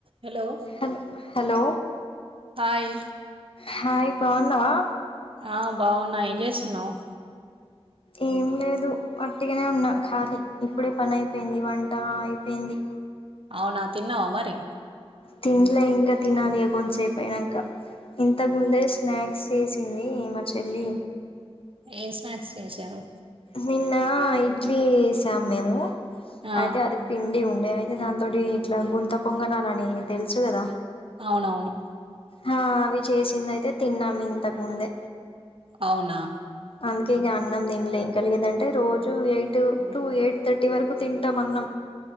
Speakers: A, on the right; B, on the left.
A: Hello
B: హల్ hello
A: hi
B: hi బాగున్నావా
A: ఆ బావున్నా ఏం చేస్తున్నావు్
B: ఏం లేదు అట్టిగానే ఉన్నా ఖాళీ ఇప్పుడే పని అయిపోయింది వంట అయిపోయింది
A: అవునా తిన్నావా మరి
B: తిన్లే ఇంకా తినాలి కొంతసేపు అయినాంక ఇంతముందే స్నాక్స్ చేసింది మా చెల్లి
A: ఏం స్నాక్స్ చేశారు
B: నిన్న ఇడ్లీ వేసాము మీము
A: ఆ
B: అయితే అది పిండి ఉండే అయితే దాని తోటి ఇట్లా గుంత పొంగనాలని తెలుసు కదా
A: అవునవును
B: హా అవి చేసింది అయితే తిన్నాము ఇంతకు ముందే
A: అవునా
B: అందుకే ఇంకా అన్నం తినలే ఇంకా లేదంటే రోజు ఎయిట్ టు ఎయిట్ థర్టీ వరకు తింటాం అన్నం